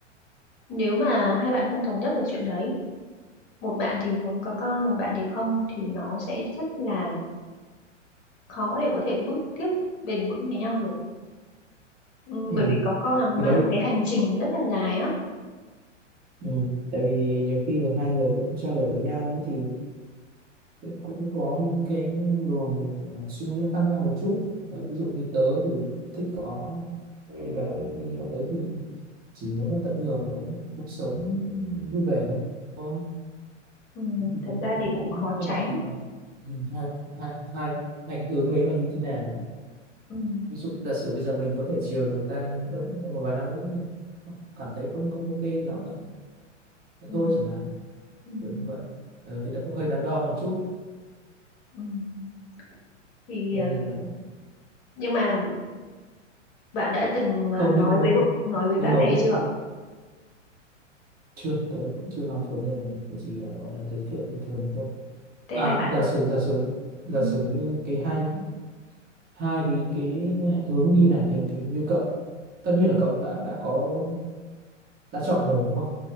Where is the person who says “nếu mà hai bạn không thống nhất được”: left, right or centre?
Left